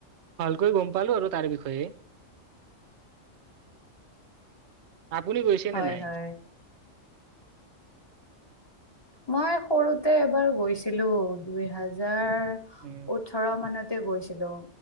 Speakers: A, on the right (about 65°); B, on the left (about 20°).
A: ভালকৈ গম পালো আৰু তাৰ বিষয়ে। আপুনি গৈছেনে
B: হয়
A: নাই?
B: হয় মই সৰুতে এবাৰ গৈছিলো দুই হাজাৰ-
A: উমঁ।
B: ওঠৰ মানতে গৈছিলোঁ।